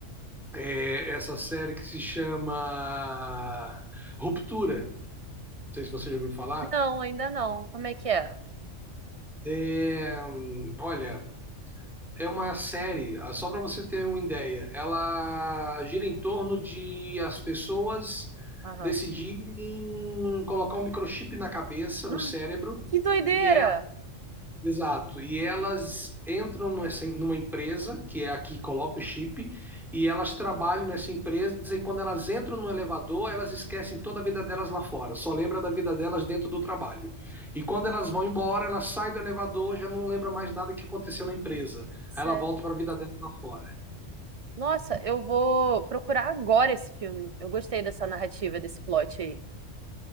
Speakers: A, in the centre; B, on the right.
A: é, essa série que se chama Ruptura. Não sei se você já ouviu falar.
B: Não, ainda não. Como é que é?
A: É, hum, olha, é uma série, ah, só para você ter uma ideia, ela gira em torno de as pessoas
B: Aham.
A: decidirem
B: <gasps>
A: colocar um microchip na cabeça, no
B: Ah,
A: cérebro,
B: Que doideira!
A: e Exato. E elas entram nessa- numa empresa, que é a que coloca o chip, e elas trabalham nessa empresa, e quando elas entram no elevador, elas esquecem toda a vida delas lá fora, só lembra da vida delas dentro do trabalho. E quando elas vão embora, elas saem do elevador, já não lembra mais nada que aconteceu na empresa.
B: Sério.
A: Aí ela volta para a vida dela lá fora.
B: Nossa, eu vou procurar agora esse filme. Eu gostei dessa narrativa, desse plot aí.